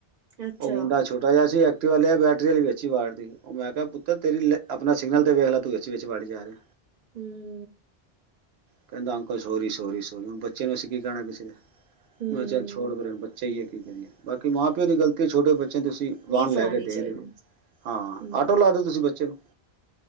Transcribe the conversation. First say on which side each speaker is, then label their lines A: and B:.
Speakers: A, on the right; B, on the right.
A: ਅੱਛਾ
B: ਓ ਮੁੰਡਾ ਛੋਟਾ ਜਿਹਾ ਸੀ ਐਕਟਿਵਾ ਲਿਆ ਬੈਟਰੀ ਵਾਲੀ ਵਿੱਚ ਈ ਵਾੜ ਤੀ। ਓ ਮੈਂ ਕਿਹਾ ਪੁੱਤਰ ਤੇਰੀ ਅਪਨਾ ਸਿਗਨਲ ਤੇ ਵੇਖ ਲੈ, ਤੂੰ ਵਿੱਚ-ਵਿੱਚ ਵਾੜੀ ਜਾ ਰਿਹਾ।
A: ਹੂੰ।
B: ਕਹਿੰਦਾ ਅੰਕਲ ਸੋਰੀ, ਸੋਰੀ, ਸੋਰੀ ਹੁਨ ਬੱਚੇ ਨੂੰ ਅਸੀਂ ਕੀ ਕਹਿਨਾ ਕਿਸੀ ਦੇ।
A: ਹਮ
B: ਮੈਂ ਚੱਲ ਛੋੜ ਪਰੇ, ਹੁਨ ਬੱਚਾ ਈ ਏ ਕੀ ਕਰੀਏ, ਬਾਕੀ ਮਾਂ ਪਿਓ ਦੀ ਗਲਤੀ ਕੇ ਛੋਟੇ ਬੱਚੇ ਤੁਸੀਂ ਵਾਹਨ
A: ਨਹੀਂ
B: ਲੈ
A: ਫੜਾਉਣੀ
B: ਕੇ
A: ਚਾਹੀਦੀ
B: ਦੇ ਰੇ ਓ, ਹਾਂ
A: ਹਮ
B: ਆਟੋ ਲੈ ਦੋ ਤੁਸੀਂ ਬੱਚੇ ਨੂੰ।